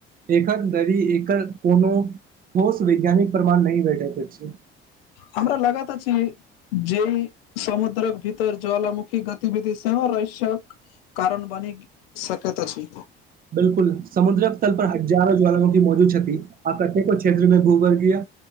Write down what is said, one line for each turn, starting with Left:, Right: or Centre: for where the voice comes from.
Right: एकखन धरी एकर कोनो ठोस वैज्ञानिक प्रमाण नहि भेटैत अछि।
Left: हमरा लगैत अछि जे ई समुद्रक भीर ज्वलमुखी गतिविधि सेहो रहस्यक कारण बनी सकैत अछि
Right: बिलकुल समुद्रक तल पर हजारो ज्वालामुखी मौजूद छति आ कतेको क्षेत्र मे भू वर्गीय